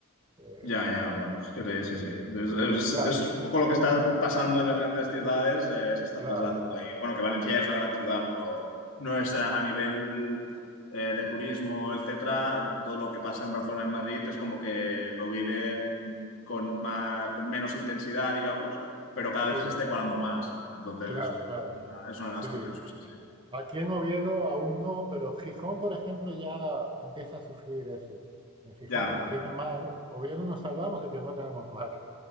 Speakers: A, on the right; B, on the left.
A: eh,
B: Ya, ya, bueno, es que te- sí, sí. Es, es-
A: claro,
B: es un poco lo que está pasando en las grandes ciudades, eh, se está
A: claro,
B: trasladando ahí. Bueno, que Valencia es una gran ciudad, pero no es a, a nivel eh, de turismo, etcétera. Todo lo que pasa en Barcelona, en Madrid, es como que lo viven con más, con menos intensidad, digamos, pero cada
A: sí,
B: vez se está igualando más. Entonces
A: claro,
B: es como
A: claro,
B: una- es una lástima,
A: sí.
B: eso sí, sí.
A: Aquí en Oviedo aún no, pero Gijón, por ejemplo, ya empieza a sufrir eso. En Gijón,
B: Ya,
A: como tiene mar, Oviedo nos salvamos de que no tenemos mar.